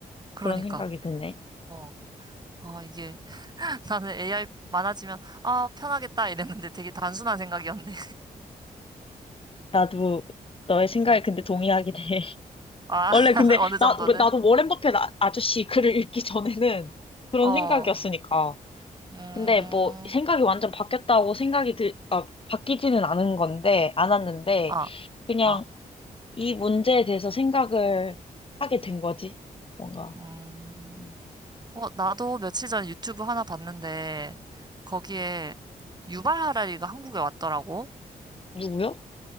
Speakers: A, on the right; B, on the left.
A: 그러니까.
B: 그런 생각이 드네.
A: 어, 아, 이게. 나는 AI 많아지면, 아, 편하겠다 이랬는데 되게 단순한 생각이었네.
B: 나도 너의
A: <laughs>
B: 생각에
A: 어.
B: 근데 동의하긴 해. <laughs>
A: 아,
B: 원래
A: <laughs>
B: 근데
A: 어느
B: 나
A: 정도는?
B: 나도 워렌 버핏 아- 아저씨 글을 읽기 전에는 그런
A: 어,
B: 생각이었으니까.
A: 음,
B: 근데 뭐 생각이 완전 바뀌었다고 생각이 들, 아, 바뀌지는 않은 건데, 않았는데,
A: 아,
B: 그냥
A: 아,
B: 이 문제에 대해서 생각을 하게 된 거지. 뭔가.
A: 음.
B: 음.
A: 어, 나도 며칠 전 유튜브 하나 봤는데, 거기에 유발 하라리가 한국에 왔더라고.
B: 누구요?